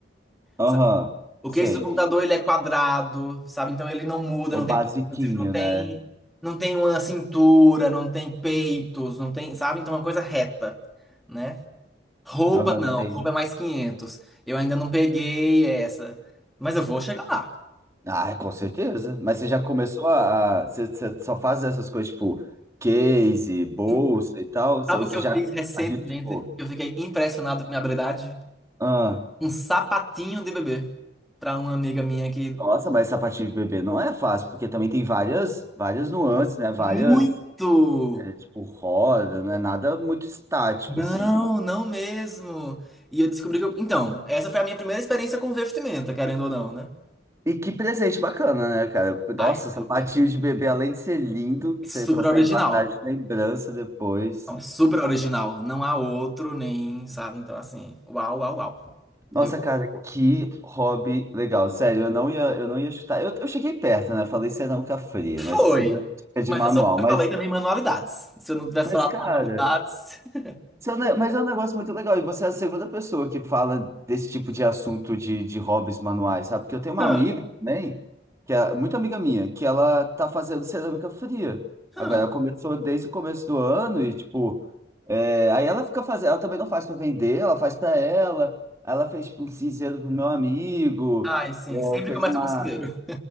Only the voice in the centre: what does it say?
sabe? O
case do computador,
ele é quadrado, sabe? Então ele não muda,
não
tem, curvas, não tem,
não tem uma cintura, não tem peitos, não tem, sabe? Então é uma coisa reta, né? Roupa
não,
roupa é mais quinhentos Eu ainda não peguei essa, mas eu vou chegar lá.
E
Sabe o que eu
fiz recentemente?
que Eu fiquei impressionado com minha habilidade.
Um sapatinho de bebê para uma amiga minha que
Muito!
Não,
não mesmo. E eu descobri que eu... Então, essa foi a minha primeira experiência com vestimenta, querendo ou não, né?
Ai,
super,
super
original.
Não, super original. Não há outro, nem, sabe? Então, assim, uau, uau, uau.
Eu...
Foi!
Mas
é só porque
eu falei também manualidades. Se eu não tivesse
falado
manualidades. <laughs>
Ah,
ah.
Ai, sim,
sempre
começa
com cinzeiro.